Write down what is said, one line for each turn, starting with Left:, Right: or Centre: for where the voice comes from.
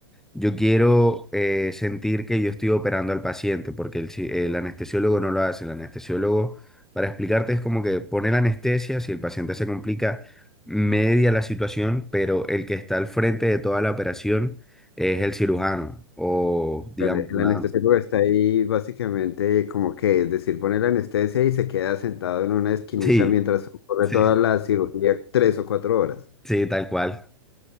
Centre: yo quiero eh, sentir que yo estoy operando al paciente, porque el, ci- el anestesiólogo no lo hace. El anestesiólogo, para explicarte, es como que pone la anestesia, si el paciente se complica, media la situación, pero el que está al frente de toda la operación es el cirujano, o digamos
Left: Claro, El
Centre: una...
Left: anestesiólogo está ahí básicamente como que, es decir, pone la anestesia y se queda sentado en una esquinita
Centre: Sí,
Left: mientras ocurre
Centre: <laughs>
Left: toda
Centre: sí,
Left: la cirugía tres o cuatro horas.
Centre: sí, tal cual.